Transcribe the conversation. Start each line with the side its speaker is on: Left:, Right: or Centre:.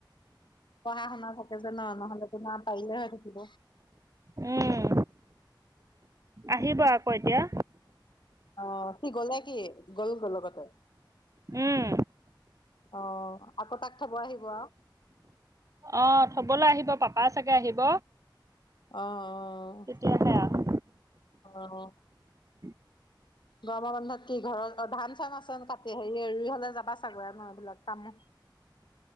Left: পঢ়া শুনা থাকে যে ন নহলেতো না পাৰিলে হৈ থাকিব
Right: উম আহিব আকৌ এতিয়া
Left: অ সি গ'লে কি গ'লো গল লগতে
Right: উম
Left: অ আকৌ তাক থব আহিব আৰু
Right: অ থবলৈ আহিব পাপা চাগে আহিব
Left: অঁ অঁ
Right: তেতিয়াহে আৰু
Left: অ
Right: উম
Left: গৰমৰ বন্ধত কি ঘৰত অ ধান চান আছে ন কাটি হেৰি ৰি হলে যাবা চাগৈ ম এইবিলাক কাম <inaudible>